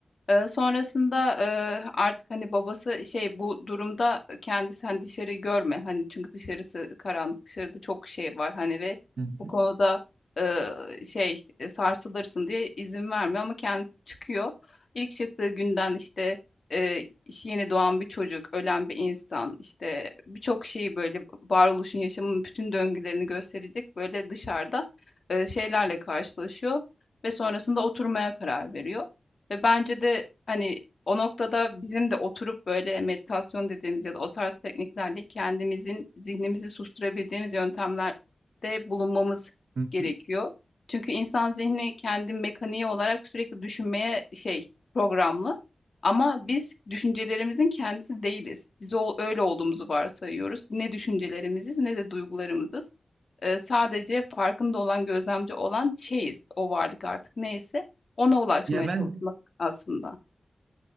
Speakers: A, on the left (about 60°); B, on the right (about 85°).
A: Eee, sonrasında, eee, artık, hani, babası şey bu durumda kendisi, hani, dışarı görme, hani, çünkü dışarısı karanlık, dışarıda çok şey var, hani, ve
B: hı hı,
A: bu konuda, eee, şey, eee, sarsılırsın diye izin vermiyor ama kendisi çıkıyor. İlk çıktığı günden, işte, eee, işte, yeni doğan bir çocuk, ölen bir insan, işte, birçok şeyi, böyle, varoluşun, yaşamın bütün döngülerini gösterecek, böyle, dışarıda, eee, şeylerle karşılaşıyor ve sonrasında oturmaya karar veriyor. Ve bence de hani o noktada bizim de oturup böyle meditasyon dediğimiz ya da o tarz tekniklerle kendimizin zihnimizi susturabileceğimiz yöntemlerde bulunmamız
B: hı
A: gerekiyor.
B: hı.
A: Çünkü insan zihni kendi mekaniği olarak sürekli düşünmeye şey programlı. Ama biz düşüncelerimizin kendisi değiliz. Biz o, öyle olduğumuzu varsayıyoruz. Ne düşüncelerimiziz ne de duygularımızız. Ee, sadece farkında olan gözlemci olan şeyiz o varlık artık neyse ona ulaşmaya
B: Ya ben
A: çalışmak aslında.